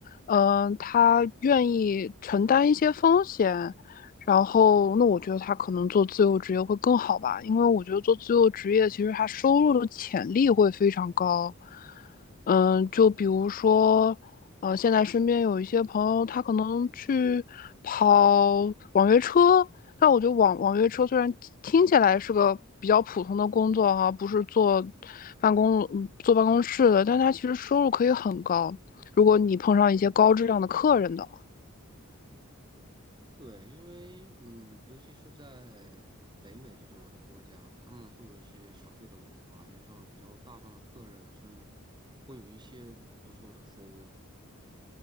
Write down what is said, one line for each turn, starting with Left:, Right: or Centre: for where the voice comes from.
Left: 嗯、他愿意承担一些风险，然后，那我觉得他可能做自由职业会更好吧，因为我觉得做自由职业其实他收入的潜力会非常高。嗯，就比如说，呃，现在身边有一些朋友，他可能去跑网约车，但我觉得网网约车虽然听起来是个比较普通的工作哈、不是坐办公嗯坐办公室的，但他其实收入可以很高，如果你碰上一些高质量的客人的话。
Right: 对，因为嗯，尤其是在北美这种国家，他们会有一些小费的文化，遇上比较大方的客人，甚至会有一些不错的收入。